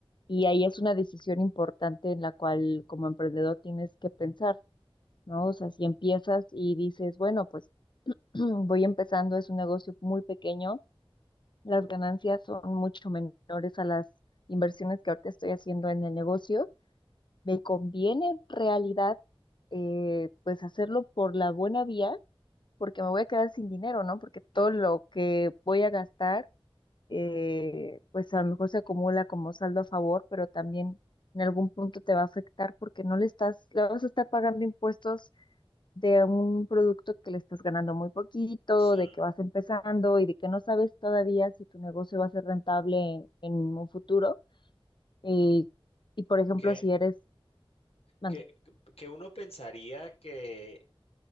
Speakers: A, on the left; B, on the left.
A: Y ahí es una decisión importante en la cual como emprendedor tienes que pensar, ¿no? O sea, si empiezas y dices, bueno, pues <clears throat> voy empezando, es un negocio muy pequeño, las ganancias son mucho menores a las inversiones que ahorita estoy haciendo en el negocio me conviene en realidad eh, pues hacerlo por la buena vía, porque me voy a quedar sin dinero, ¿no? Porque todo
B: Mm,
A: lo que voy a gastar, eh, pues a lo mejor se acumula como saldo a favor, pero también en algún punto te va a afectar porque no le estás, le vas a estar pagando impuestos de un producto que le estás ganando muy poquito,
B: sí.
A: de que vas empezando y de que no sabes todavía si tu negocio va a ser rentable en, en un futuro. Eh, y por ejemplo,
B: Que,
A: si eres, mande.
B: que, que uno pensaría que,